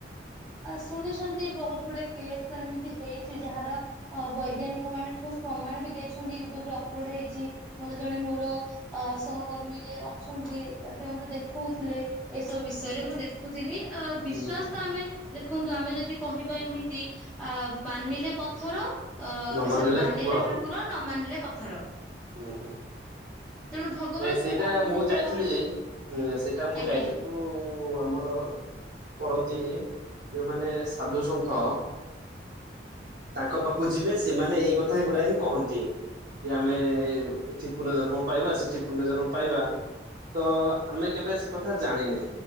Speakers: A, in the centre; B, on the right.
A: ଆ ଶୁଣିଛନ୍ତି ବହୁତ ଗୁଡେ କେସ୍ ତ ଏମିତି ହେଇ ଯାହାର ବୈଜ୍ଞାନିକ ମାନେ ଟୋସ୍ ପ୍ରମାଣ ବି ଦେଇଛନ୍ତି ୟୁଟ୍ୟୁବରେ ଅପଲୋଡ ହେଇଛି ମତେ ଜଣେ ମୋର ସହକର୍ମୀ ଯେ ଅଛନ୍ତି ସେ ମତେ ଦେଖଉ ଥିଲେ ଏସବୁ ବିଷୟରେ ମୁଁ ଦେଖୁଥିଲି ବିଶ୍ଵାସ
B: ହୁଁ ହୁଁ
A: ତ ଆମେ ଦେଖନ୍ତୁ ଆମେ ଯଦି କହିବା ଏମିତି ଅ ମାନିଲେ ପଥର ଅ
B: ନ
A: ସରି ମାନିଲେ
B: କୁକୁର
A: ଠାକୁର ନ ମାନିଲେ ପଥର।
B: ହୁଁ ହୁଁ।
A: ତେଣୁ ଭଗବାନଙ୍କୁ
B: ନାଇଁ ସେଇଟା
A: ଆପଣ
B: ମୁଁ
A: ଯେମିତି
B: ଯାଇଥିଲି
A: କହି
B: ସେଇଟା ମୁଁ
A: ଆଜ୍ଞା
B: ଯାଇଥିଲି
A: ଆଜ୍ଞା
B: ଯୋଉ ଆମର କରନ୍ତି ଯୋଉମାନେ ସାଧୁସନ୍ଥ ତାଙ୍କ ପାଖକୁ ଯିବେ ସେମାନେ ଏଇ କଥା ଗୁଡା ହିଁ କହନ୍ତି କି ଆମେ ଏଠି ପୁର୍ନଜନ୍ମ ପାଇବା ସେଠି ପୁର୍ନଜନ୍ମ ପାଇବା ତ ଆମେ କେବେ ସେ କଥା ଜାଣିନେ